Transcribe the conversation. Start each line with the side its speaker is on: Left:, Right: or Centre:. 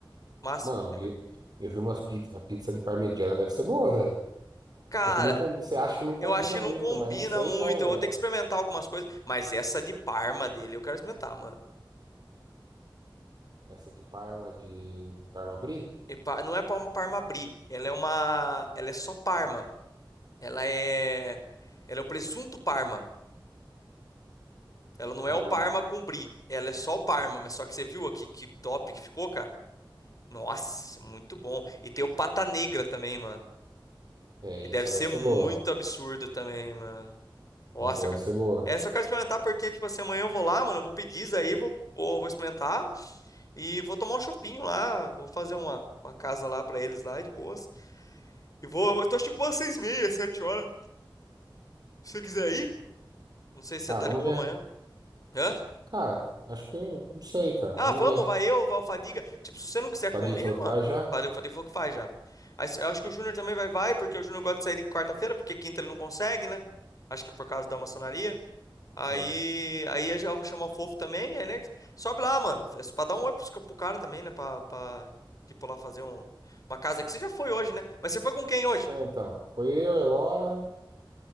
Left: máximo,
Right: Mano,
Left: entendeu?
Right: eu vi, eu vi umas pizzas. A pizza de parmegiana deve ser boa, velho.
Left: Cara,
Right: É que não combi, você acha que não combina
Left: eu acho que
Right: muito,
Left: não combina
Right: mas não sei
Left: muito.
Right: não,
Left: Eu
Right: velho.
Left: vou ter que experimentar algumas coisas, mas essa de Parma dele eu quero experimentar, mano.
Right: Essa de Parma, de Parma Brie?
Left: E pa- Não é pa- uma Parma Brie, ela é uma, ela é só Parma. Ela é, ela é o presunto Parma. Ela não
Right: Ela
Left: é o
Right: não-
Left: Parma com brie. Ela é só o Parma, mas só que você viu aqui que top que ficou, cara? Nossa, isso é muito bom. E tem o pata negra também, mano.
Right: É,
Left: Que deve
Right: essa
Left: ser
Right: deve ser
Left: muito
Right: boa.
Left: absurdo também, mano. Nossa,
Right: Essa deve
Left: eu quero...
Right: ser boa.
Left: É, só quero experimentar porque, tipo assim, amanhã eu vou lá, mano, eu vou pedir isso aí, vou, vou, vou experimentar e vou tomar um chopinho lá, vou fazer uma, uma casa lá pra eles lá, de boas. E vou, eu tô achando que vou às seis e meia, sete horas, se você quiser ir. Não sei se você
Right: Ah,
Left: tá
Right: vamos
Left: de boa
Right: ver.
Left: amanhã. Hã?
Right: Cara, acho que. Não sei, cara.
Left: Ah,
Right: Vamos
Left: vamos,
Right: ver.
Left: vai eu, vai o Fadiga. Tipo, se você não quiser comer,
Right: Fadinho falou
Left: mano,
Right: que vai já?
Left: Fadiga, o falei, falou que faz já. Aí, se- eu acho que o Júnior também vai, vai, porque o Júnior gosta de sair de quarta-feira, porque quinta ele não consegue, né? Acho que por causa da maçonaria. Aí,
Right: É.
Left: aí eu já vou chamar o Fofo também, aí, né? Sobe lá, mano. É Pra dar um oi pros ca- pro cara também, né? Pra, pra, tipo, lá fazer um, uma casa. Que você já foi hoje, né? Mas você foi com quem hoje?
Right: É, então. Foi eu, Elora.